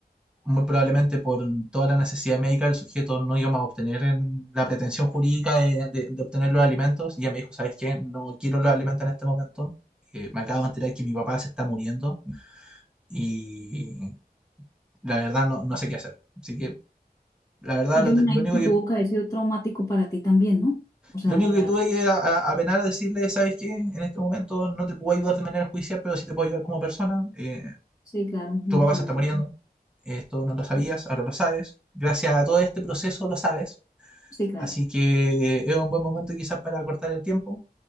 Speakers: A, in the centre; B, on the left.
A: muy probablemente por toda la necesidad médica el sujeto no íbamos a obtener en la pretensión jurídica de, de- de obtener los alimentos. Y ella me dijo, ¿sabes qué? No quiero los alimentos en este momento. Eh, me acabo de enterar que mi papá se está muriendo y la verdad no, no sé qué hacer. Así que la verdad
B: Y
A: lo,
B: yo
A: te-
B: me imagino
A: lo único
B: que
A: que,
B: tuvo que haber sido traumático para ti también, ¿no? O sea,
A: lo único
B: llevarte.
A: que tuve que a- a- apenar a decirle, ¿sabes qué? En este momento no te puedo ayudar de manera judicial, pero sí te puedo ayudar como persona. Eh,
B: Sí, claro, emocionante.
A: tu papá se está muriendo. Esto no lo sabías,
B: Sí,
A: ahora lo sabes. Gracias a todo este proceso lo sabes
B: sí, claro.
A: Así que es un buen momento quizás para cortar el tiempo,